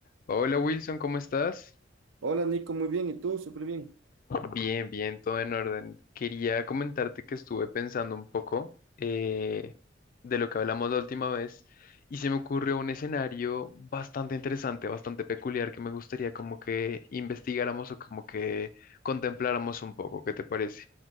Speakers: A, on the left (about 45°); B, on the right (about 80°).
A: Hola Wilson, ¿cómo estás?
B: Hola Nico, muy bien. ¿Y tú? Súper bien.
A: Bien, bien, todo en orden. Quería comentarte que estuve pensando un poco eh, de lo que hablamos la última vez y se me ocurrió un escenario bastante interesante, bastante peculiar que me gustaría como que investigáramos o como que contempláramos un poco. ¿Qué te parece?